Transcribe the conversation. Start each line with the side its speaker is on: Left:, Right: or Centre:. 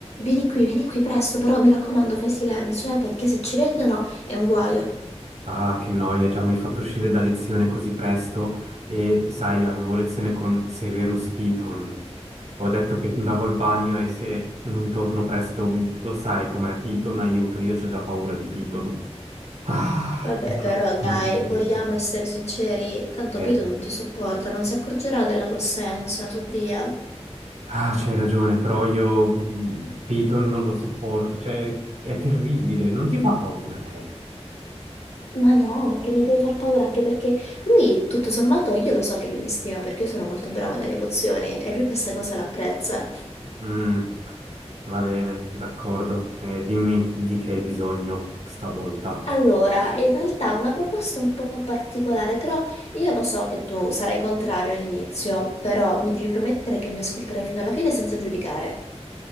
Left: Vieni qui, vieni qui presto, però mi raccomando, fai silenzio, eh, perché se ci vedono è un guaio.
Right: Ah, che noia, già mi hai fatto uscire da lezione così presto e sai, avevo lezione con Severus Piton. Ho detto che andavo al bagno e se non torno presto, m, lo sai com'è Piton, aiuto, io ho già paura di Piton. Ah,
Left: Vabbè,
Right: cosa
Left: però dai,
Right: cosa succede?
Left: vogliamo essere sinceri, tanto
Right: Eh,
Left: Pito non ti sopporta, non si accorgerà della tua assenza, su via.
Right: ah, c'hai ragione, però io mm, Piton non lo sopporto, cioè è terribile, non ti fa paura te?
Left: Ma no, ma che mi deve far paura anche perché lui, tutto sommato, io lo so che lui mi stima perché io sono molto brava nelle pozioni e lui questa cosa l'apprezza.
Right: Mm, va bene, d'accordo, Eh, dimmi di che hai bisogno stavolta.
Left: Allora, in realtà è una proposta un po' particolare, però io lo so che tu sarai contrario all'inizio, però mi devi promettere che mi ascolterai fino alla fine senza giudicare.